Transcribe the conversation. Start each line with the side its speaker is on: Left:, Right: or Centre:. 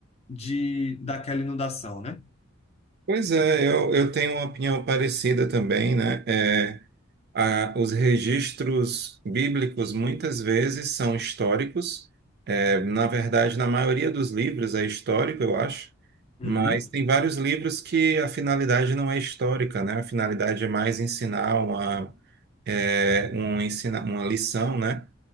Left: de daquela inundação, né?
Right: Pois é, eu, eu tenho uma opinião parecida também, né? É, a- os registros bíblicos muitas vezes são históricos. É, na verdade, na maioria dos livros é histórico, eu acho.
Left: Uhum.
Right: Mas tem vários livros que a finalidade não é histórica, né? A finalidade é mais ensinar uma, é, um ensina, uma lição, né?